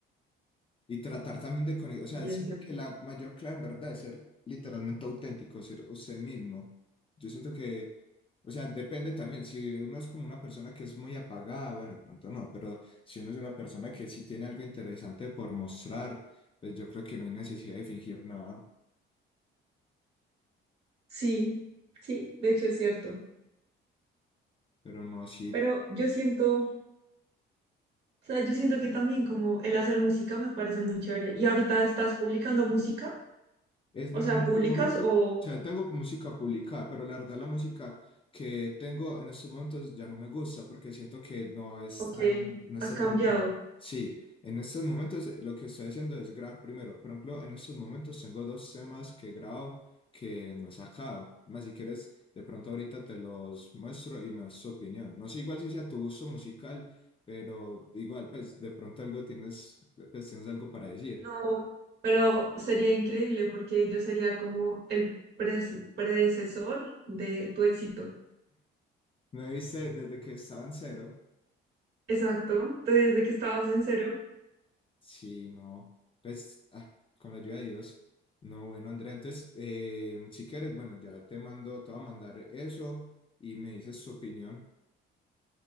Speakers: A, on the left (about 25°); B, on the right (about 55°).
A: Y tratar también de conectar, o sea,
B: Y
A: siento
B: es cierto.
A: que la mayor clave en verdad es ser literalmente auténtico, ser usted mismo. Yo siento que, o sea, depende también, si uno es como una persona que es muy apagada, bueno, de pronto no, pero si uno es una persona que sí tiene algo interesante por mostrar, pues yo creo que no hay necesidad de fingir nada,
B: Sí, sí, de hecho es cierto.
A: pero no, sí
B: Pero yo siento, o sea, yo siento que también como el hacer música me parece muy chévere. ¿Y ahorita estás publicando música?
A: Es, en
B: O
A: estos
B: sea, ¿publicas
A: momentos,
B: o,
A: o sea, tengo música publicada, pero la verdad la música que tengo en estos momentos ya no me gusta porque siento que no es
B: ok,
A: tan- no está
B: has cambiado?
A: tan buena. Sí, en estos momentos eh, lo que estoy haciendo es grabar primero. Por ejemplo, en estos momentos tengo dos temas que grabo que no he sacado. Más si quieres, de pronto ahorita te los muestro y me das tu opinión. No sé igual si sea tu gusto musical, pero igual, pues de pronto algo tienes, pues, tienes algo para decir.
B: No, pero sería increíble porque yo sería como el pres- predecesor de tu éxito.
A: Me viste desde que estaba en cero.
B: Exacto, te dije de que estabas en cero
A: Sí, no, pues ah, con la ayuda de Dios. No, bueno, Andrea, entonces, eh, si quieres, bueno, ya te mando, te voy a mandar eso y me dices tu opinión.